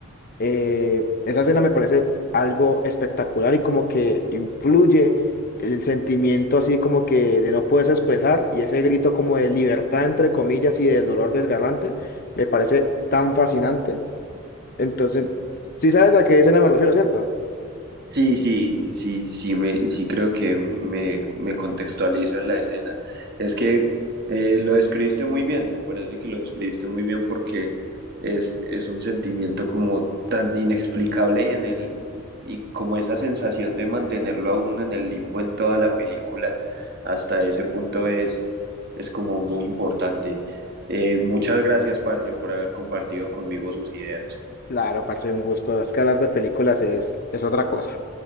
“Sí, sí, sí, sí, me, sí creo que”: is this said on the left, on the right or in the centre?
Right